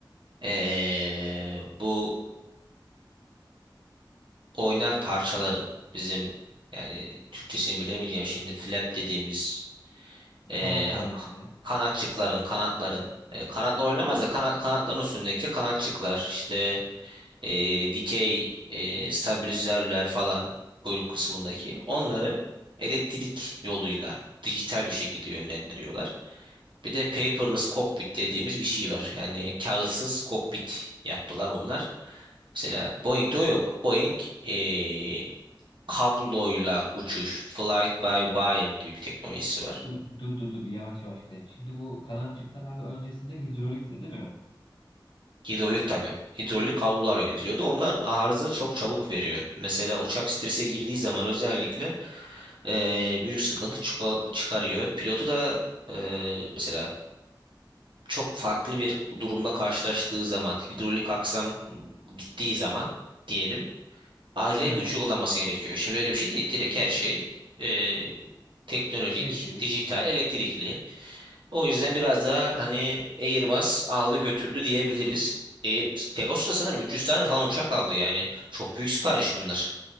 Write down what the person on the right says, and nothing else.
ee, bu oynar parçaların bizim yani Türkçesini bilemeyeceğim şimdi flap dediğimiz ee,
ha-
kanatçıkların kanatların ee, kanatlar oynamaz da kana- kanatların üstündeki kanatçıklar işte ee, dikey ee, stabilizörler falan kuyruk kısmındaki onları elektrik yoluyla dijital bir şekilde yönlendiriyorlar. Bir de paperless cockpit dediğimiz bir şey var. Yani kağıtsız kokpit yaptılar bunlar. Mesela Boeing'de o yok. Boeing eee, kabloyla uçuş, flight by wire gibi bir teknolojisi var.
Hidrolik tabii. Hidrolik kablolar yönetiliyordu. Onlar arıza çok çabuk veriyor. Mesela uçak strese girdiği zaman özellikle eee, büyük sıkıntı çıka- çıkarıyor. Pilotu da eee, mesela çok farklı bir durumla karşılaştığı zaman, hidrolik aksam gittiği zaman diyelim. Acayip
güç uygulaması gerekiyor. Şimdi öyle bir şey değil. Direkt her şey e, teknolojik,
dijital, elektrikli. O yüzden biraz daha hani Airbus aldı götürdü diyebiliriz. Air, Pegasus da sanırım 300 tane falan uçak aldı yani. Çok büyük sipariş bunlar.